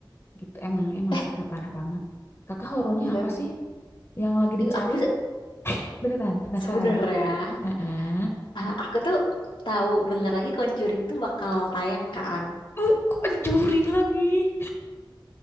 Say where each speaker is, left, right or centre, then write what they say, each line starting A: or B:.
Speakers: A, on the left (about 30°); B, on the left (about 80°).
A: gitu emang emang
B: Eh,
A: sih Kak, parah banget kakak horornya
B: iya
A: apa
B: emang.
A: sih yang lagi
B: Ih,
A: dicari
B: aku se-
A: <laughs> beneran penasaran
B: sebenernya,
A: Heeh.
B: ah, aku tuh tahu bentar lagi Conjuring tuh bakal tayang kan.
A: Uh, kok juring lagi